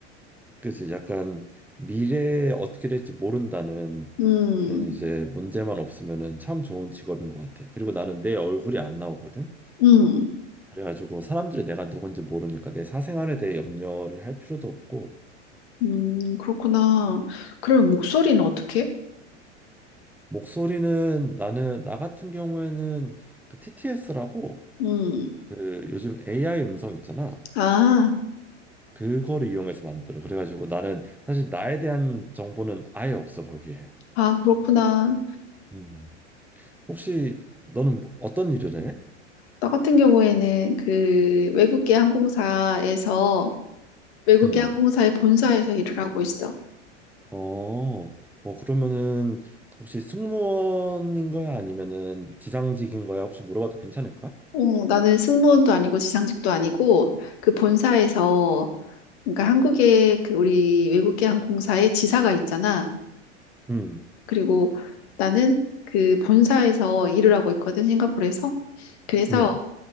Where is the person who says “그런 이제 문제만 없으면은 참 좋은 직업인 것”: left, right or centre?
Centre